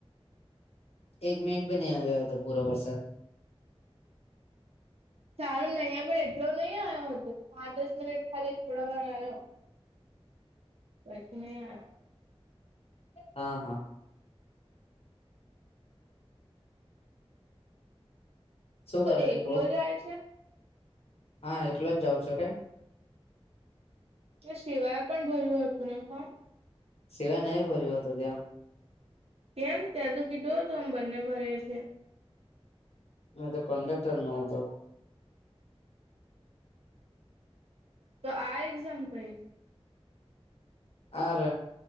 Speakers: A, on the left; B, on the right.
A: એક મિનિટ બી નહીં આવ્યો હતો પૂરો વરસાદ.
B: સારું નહી પણ એટલો નહીિ આવ્યો હતો પાંચ દસ મિનિટ ખાલી થોડા વાર આવ્યો. એછ નહી આવ.
A: હા હા. શું કરે
B: એકલો
A: છે તું
B: જાય
A: હા એકલો જ જાઉં છ કે.
B: તો શિવાય પણ ભર્યું હો હતું ને ફોમ.
A: સિવાય નહીં ભર્યો હતો ત્યાં.
B: કેમ ત્યાં તો કીધો તો આમ બંને ભરે છે.
A: તો કડ તલ ન તો.
B: તો આ એક્ઝામ કઈ છે.
A: આ ર